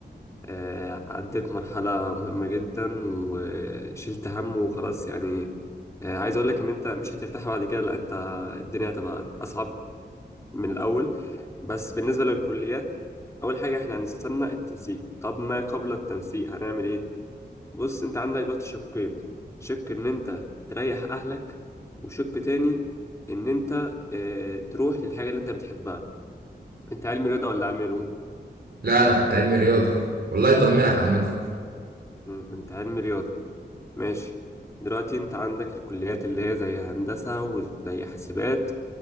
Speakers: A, on the left; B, on the right.
A: آه، عديت مرحلة مهمة جدا وشلت هم وخلاص يعني آه، عايز أقول لك إن أنت مش هترتاح بعد كده لا أنت الدنيا هتبقى أصعب من الأول بس بالنسبة للكليات أول حاجة إحنا هنستنى التنسيق طب ما قبل التنسيق هنعمل إيه؟ بص أنت عندك دلوقتي شقين شق إن أنت تريح أهلك وشق تاني إن أنت آه، تروح للحاجة اللي أنت بتحبها أنت علمي رياضة ولا علمي علوم؟
B: لا انا كنت علمي رياضه والله يطمنك عامه
A: مم، أنت علمي رياضة ماشي دلوقتي انت عندك الكليات اللي هي زي هندسة وزي حاسبات